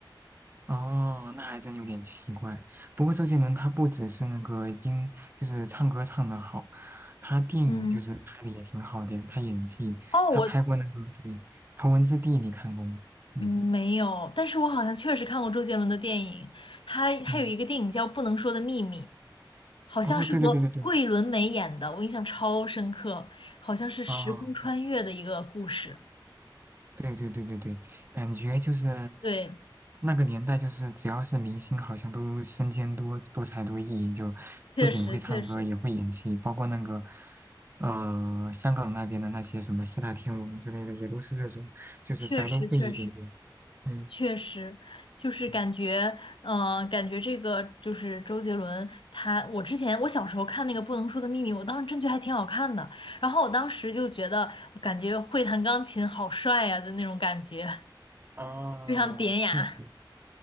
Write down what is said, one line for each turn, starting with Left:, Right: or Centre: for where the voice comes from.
Right: 哦，那还真有点奇怪。不过周杰伦他不只是那个音，就是唱歌唱得好，他电影就是拍的也挺好的呀，
Left: 嗯，
Right: 他演技，
Left: 哦，
Right: 他拍过那个对《头文字
Left: 我
Right: D》，你看过吗？嗯。
Left: 嗯没有，但是我好像确实看过周杰伦的电影，他他有一个电影叫《不能说的秘密》，
Right: 嗯，
Left: 好像是和桂纶镁演的，
Right: 哦，对对对对对，
Left: 我印象超深刻，好像是时空穿越的一个故事。
Right: 啊、对对对对对，感觉就是
Left: 对，
Right: 那个年代，就是只要是明星，好像都身兼多多才多艺，就不仅会唱歌，
Left: 确实确实
Right: 也会演戏，包括那个呃香港那边的那些什么四大天王之类的，也都是这种，就是啥都会一点点。
Left: 确实确实。
Right: 嗯
Left: 确实，就是感觉，
Right: 嗯，
Left: 嗯、感觉这个就是周杰伦他，我之前我小时候看那个《不能说的秘密》，我当时真觉得还挺好看的，然后我当时就觉得，我感觉会弹钢琴好帅呀、的那种感觉，
Right: 啊，
Left: 非常典雅。
Right: 确实